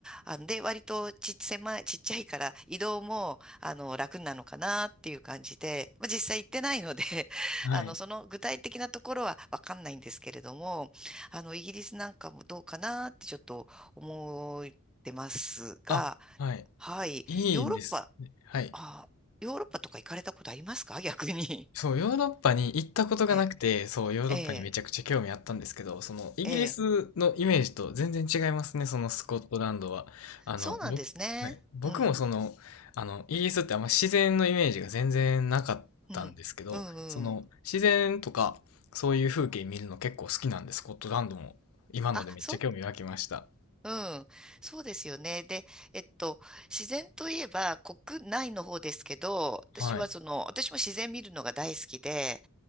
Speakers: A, in the centre; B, on the left.
A: あで、割とちっ、狭い、ちっちゃいから移動も、あの、楽なのかなっていう感じで、まあ、実際行ってないので <laughs>
B: はい。
A: あの、その具体的なところはわかんないんですけれども、あの、イギリスなんかもどうかなってちょっと思ってますが、
B: あ、はい。
A: はい、
B: いいですね。
A: ヨーロッパ、
B: はい。
A: あ、ヨーロッパとか行かれたことありますか逆に。
B: そう、ヨーロッパに行ったことがなくて、
A: <laughs> ええ、
B: そう、ヨーロッパにめちゃくちゃ興味あったんですけど、
A: ええ、
B: その、イギリスのイメージと全然違いますね、
A: ええ
B: そのスコットランドは。あの、
A: そうなんですね。
B: 僕、はい、僕もその、
A: うん、
B: あの、イギリスってあんま自然のイメージが全然なかったんですけど、
A: うん、うん、
B: その、
A: うん。
B: 自然とか、そういう風景見るの結構好きなんで、スコットランドも、今のでめっちゃ興味湧きました。
A: あ、そう、うん。そうですよね。で、えっと、自然といえば国内の方ですけど、私はその、
B: はい。
A: 私も自然見るのが大好きで、